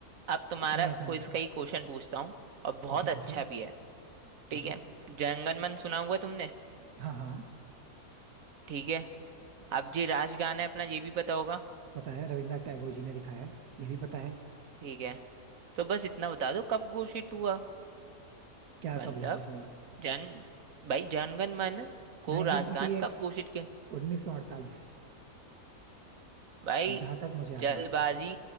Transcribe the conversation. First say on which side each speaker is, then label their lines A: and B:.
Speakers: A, on the right (about 65°); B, on the right (about 80°).
A: अब तुम्हारा
B: इतने आसानी
A: क्विज
B: से
A: का ही क्वेश्चन पूछता हूँ और बहुत
B: पूछो
A: अच्छा
B: पूछो
A: भी है
B: पूछो
A: ठीक है जनगण मन सुना हुआ है तुमने
B: हाँ हाँ
A: ठीक है अब जी राष्ट्रगान है अपना ये भी पता होगा
B: पता है रविन्द्रनाथ टैगोर जी ने लिखा है ये भी पता है
A: ठीक है तो बस इतना बता दो कब घोषित हुआ
B: क्या
A: मतलब
B: कब घोषित हुआ
A: जन भाई जनगण मन
B: 1948
A: को राष्ट्रगान कब घोषित किया
B: 1948
A: भाई
B: जहां तक मुझे याद
A: जल्दबाजी
B: है